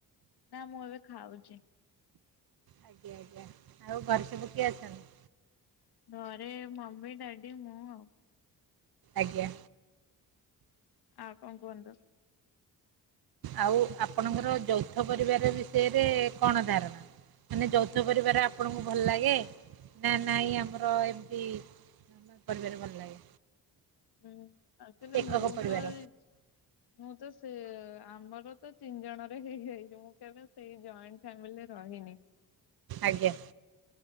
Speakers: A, on the left (about 70°); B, on the right (about 65°).
A: ନା ମୁଁ ଏବେ ଖାଉଚି।
B: ଆଜ୍ଞା ଆଜ୍ଞା ଆଉ ଘରେ ସବୁ କିଏ ଅଛନ୍ତି?
A: ଘରେ ମମି ଡାଡି ମୁଁଆଉ।
B: ଆଜ୍ଞା।
A: ଆଉ କଣ କୁହନ୍ତୁ?
B: ଆଉ ଆପଣଙ୍କର ଯୌଥ ପରିବାର ବିଷୟରେ କଣ ଧାରଣା? ମାନେ ଯୌଥ ପରିବାର ଆପଣଙ୍କୁ ଭଲ ଲାଗେ ନା ନାଇଁ ଆମର ଏମତି ଆ ପରିବାର ଭଲ ଲାଗେ।
A: ହୁଁ ଆକ୍ଚୁଲି
B: ଏକକ
A: ମୁତ
B: ପରିବାର
A: ଏଇ ମୁଁତ ସେ ଆମରତ ତିନି ଜଣରେ ହେଇଯାଉ ମୁଁ କେବେ ସେଇ ଜଏଣ୍ଟ ଫ୍ୟାମିଲିରେ ରହିନି। <inaudible>
B: ଆଜ୍ଞା।